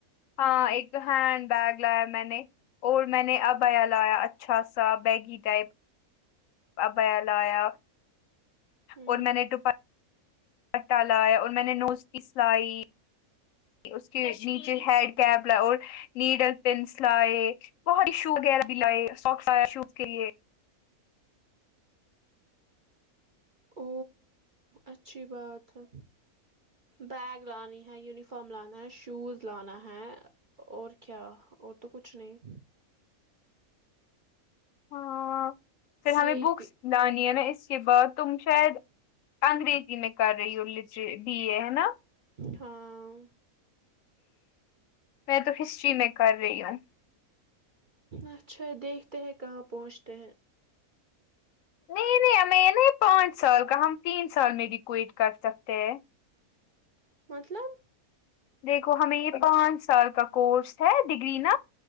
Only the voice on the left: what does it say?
ہاں ایک تو ہینڈ بیگ لایا میں نے اور میں نے عبایا لایا اچھا سا بیگی ٹائپ عبایا لایا
اور میں نے ڈو پٹا لایا اور میں نے نوز پیس لائی اس کے نیچے ہیڈ کیپ لائے اور نیڈل پنس لائے بہت ہی شو وغیرہ لائے سوکس آیا شوز کے لئے
ہاں پھر ہمیں
بکس
لانی ہے نا اس کے بعد تم شاید انگریزی میں کر رہی لیچ بی اے ہے نا
میں تو ہسٹری میں کر رہی ہوں
نہیں نہیں ہمیں نہیں پانچ سال کا ہم تین سال میں بھی کوئٹ کر سکتے ہیں
دیکھو ہمیں یہ پانچ سال کا کورس ہے ڈگری نا